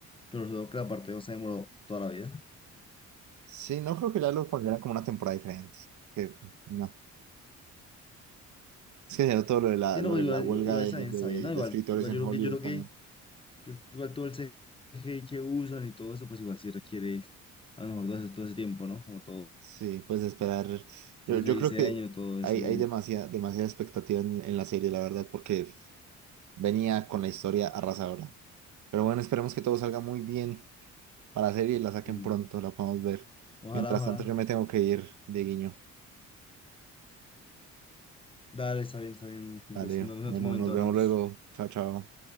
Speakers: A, on the left; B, on the right.
A: pero solo que la parte 2 se demoró toda la vida.
B: Sí, no creo que ya lo pondrían como una temporada diferente. Que no. Es que ya todo lo de la,
A: Y
B: lo
A: no, pues
B: de
A: igual,
B: la huelga
A: igual igual
B: de,
A: está bien,
B: de-
A: está bien, ¿no? Igual,
B: de escritores
A: igual
B: en
A: yo
B: Hollywood
A: creo que, yo creo
B: también.
A: que, yo creo que igual todo el CGI que usan y todo eso, pues igual sí requiere a lo mejor todo ese, todo ese tiempo, ¿no? Como todo
B: Sí, pues esperar. Yo,
A: Entonces
B: yo
A: el
B: creo
A: diseño,
B: que
A: todo
B: hay,
A: ese.
B: hay demasiada, demasiada expectativa en, en la serie, la verdad, porque venía con la historia arrasadora. Pero bueno, esperemos que todo salga muy bien para la serie y la saquen
A: Sí.
B: pronto, la podamos ver.
A: Ojalá,
B: Mientras
A: ojalá.
B: tanto, yo me tengo que ir, Dieguiño.
A: Dale, está bien, está bien. Entonces
B: Vale,
A: nos vemos
B: bueno,
A: en otro momento,
B: nos vemos
A: hablamos.
B: luego. Chao, chao.